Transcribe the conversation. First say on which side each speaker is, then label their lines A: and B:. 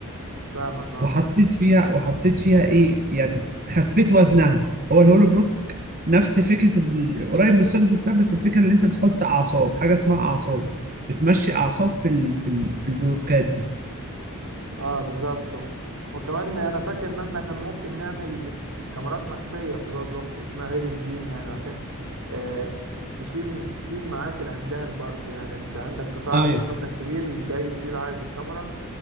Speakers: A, on the right (about 75°); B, on the right (about 40°).
A: فاهمك اه
B: وحطيت فيها وحطيت فيها ايه يعني خفيت وزنها هو الهولو بلوك نفس فكرة ال- قريب من السوليد ستاب بس الفكرة ان انت بتحط اعصاب حاجة اسمها اعصاب بتمشي اعصاب في ال... في ال... في البلوكات دي
A: اه بالظبط وكمان انا فاكر ان احنا كان ممكن نعمل كاميرات مخفية في الهول بلوك اسمها الهيدن بيم يعني عشان آه تشيل تشيل معاك العمدان برضو يعني انت عندك قطاع
B: ايوه
A: عمود مثلا كبير جاي يشيل عايز الكاميرا